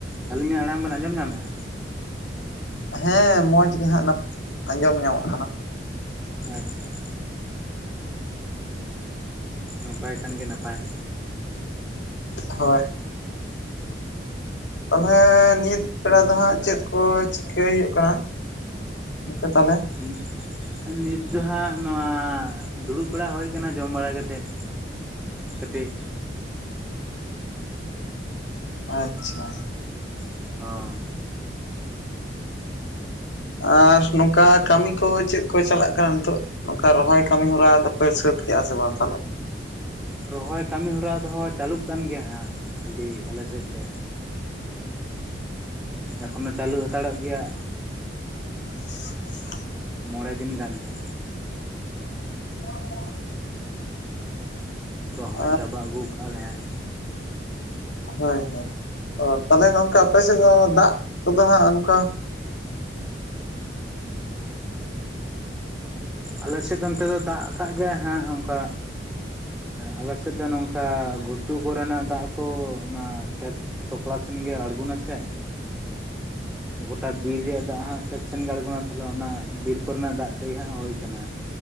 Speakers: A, in the centre; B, on the left.
A: ᱟᱹᱞᱤᱧᱟᱜ ᱟᱲᱟᱝ ᱵᱮᱱ ᱟᱸᱡᱚᱢ ᱧᱟᱢᱮᱫᱼᱟ?
B: ᱦᱮᱸ ᱢᱚᱡᱽ ᱜᱮ ᱦᱟᱸᱜ ᱱᱟᱯ ᱟᱸᱡᱚᱢ ᱧᱟᱢᱚᱜ ᱠᱟᱱᱟ᱾
A: ᱟᱪᱪᱷᱟ᱾ ᱱᱟᱯᱟᱭ ᱠᱷᱟᱱ ᱜᱮ ᱱᱟᱯᱟᱭ᱾
B: ᱦᱳᱭ ᱛᱟᱦᱚᱞᱮ ᱱᱤᱛ ᱵᱮᱲᱟ ᱫᱚ ᱦᱟᱸᱜ ᱪᱮᱫ ᱠᱚ ᱪᱤᱠᱟᱹᱭ ᱦᱩᱭᱩᱜ ᱠᱟᱱᱟ? ᱜᱚᱝᱠᱮ ᱛᱟᱦᱚᱞᱮ
A: <unintelligible> ᱱᱤᱛ ᱫᱚ ᱦᱟᱸᱜ ᱱᱚᱣᱟ ᱫᱩᱲᱩᱵᱽ ᱵᱟᱲᱟ ᱦᱳᱭ ᱟᱠᱟᱱᱟ ᱡᱚᱢ ᱵᱟᱲᱟ ᱠᱟᱛᱮᱫ᱾ ᱠᱟᱹᱴᱤᱡ,
B: ᱟᱪᱪᱷᱟ,
A: ᱚ
B: ᱟᱨ ᱱᱚᱝᱠᱟ ᱠᱟᱹᱢᱤ ᱠᱚ ᱪᱮᱫ ᱠᱚ ᱪᱟᱞᱟᱜ ᱠᱟᱱᱟ ᱱᱤᱛᱳᱜ? ᱱᱚᱝᱠᱟ ᱨᱚᱦᱚᱭ ᱠᱟᱹᱢᱤ ᱦᱚᱨᱟ ᱫᱚᱯᱮ ᱥᱟᱹᱛ ᱠᱮᱜᱼᱟ ᱥᱮ ᱵᱟᱝ ᱛᱟᱦᱚᱞᱮ?
A: ᱨᱚᱦᱚᱭ ᱠᱟᱹᱢᱤ ᱦᱚᱨᱟ ᱫᱚ ᱪᱟᱹᱞᱩᱜ ᱠᱟᱱ ᱜᱮᱭᱟ ᱦᱟᱸᱜ ᱟᱹᱰᱤ ᱟᱞᱮ ᱥᱮᱫ ᱫᱚ᱾ ᱮᱠᱷᱚᱱᱚ ᱪᱟᱹᱞᱩ ᱦᱟᱛᱟᱲᱚᱜ ᱜᱮᱭᱟ᱾
B: <inaudible>
A: ᱢᱚᱸᱬᱮ ᱫᱤᱱ ᱜᱟᱱ ᱫᱚ᱾
B: <inaudible>
A: ᱨᱚᱦᱚᱭ
B: ᱟᱨ
A: ᱪᱟᱵᱟ ᱟᱹᱜᱩ ᱠᱟᱜ-ᱟ ᱞᱮ ᱦᱟᱸᱜ᱾
B: ᱦᱳᱭ, ᱦᱳᱭ᱾ ᱚ ᱛᱟᱦᱚᱞᱮ ᱜᱚᱝᱠᱮ ᱟᱯᱮ ᱥᱮᱫ ᱫᱚ ᱫᱟᱜ ᱠᱚᱫᱚ ᱦᱟᱸᱜ ᱚᱱᱠᱟ
A: ᱟᱞᱮ ᱥᱮᱫ ᱫᱚ ᱚᱱᱛᱮ ᱫᱚ ᱫᱟᱜ ᱟᱠᱟᱜ ᱜᱮ ᱦᱟᱸᱜ ᱚᱱᱠᱟ ᱟᱞᱮ ᱥᱮᱫ ᱫᱚ ᱱᱚᱝᱠᱟ ᱜᱷᱩᱴᱩ ᱠᱚᱨᱮᱱᱟᱜ ᱫᱟᱜ ᱠᱚ ᱚᱱᱟ ᱠᱷᱮᱛ ᱥᱚᱠᱲᱟ ᱥᱮᱱ ᱜᱮ ᱟᱬᱜᱚᱱᱟ ᱥᱮ᱾ ᱜᱚᱴᱟ ᱵᱤᱨ ᱨᱮᱭᱟᱜ ᱫᱟᱜ ᱦᱟᱸᱜ ᱠᱷᱮᱛ ᱥᱮᱱ ᱟᱬᱜᱚᱱᱟ ᱛᱟᱦᱚᱞᱮ ᱚᱱᱟ ᱵᱤᱨ ᱠᱚᱨᱮᱱᱟᱜ ᱫᱟᱜ ᱛᱮᱜ ᱦᱟᱸᱜ ᱦᱳᱭ ᱠᱟᱱᱟ